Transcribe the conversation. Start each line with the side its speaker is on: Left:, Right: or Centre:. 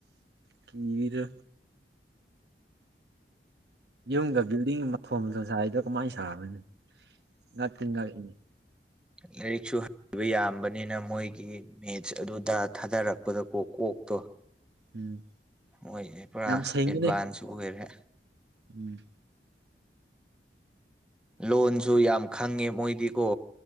Right: ꯀꯤ ꯗ ꯌꯨꯝꯗ ꯕꯤꯜꯗꯤꯡ ꯃꯊꯣꯟꯒ ꯁꯥꯔꯤꯗꯣ ꯀꯃꯥꯏꯅ ꯁꯥꯕꯅꯣ ꯉꯛꯇꯤ ꯉꯛꯏ
Centre: ꯂꯥꯏꯔꯤꯛꯁꯨ ꯍꯩꯕ ꯌꯥꯝꯕꯅꯤꯅ ꯃꯣꯏꯒꯤ ꯃꯦꯠꯁ ꯑꯗꯨ ꯗ ꯊꯥꯗꯔꯛꯄꯗꯀꯣ ꯀꯣꯛꯇꯣ
Right: ꯎꯝ
Centre: ꯃꯣꯢꯁꯦ ꯄꯨꯔꯥ
Right: ꯌꯥꯝ ꯁꯦꯡꯉꯤꯅꯦ
Centre: ꯑꯦꯗꯚꯥꯟꯁ ꯑꯣꯏꯔꯦ
Right: ꯎꯝ
Centre: ꯂꯣꯟꯁꯨ ꯌꯥꯝ ꯈꯪꯉꯦ ꯃꯣꯏꯗꯤꯀꯣ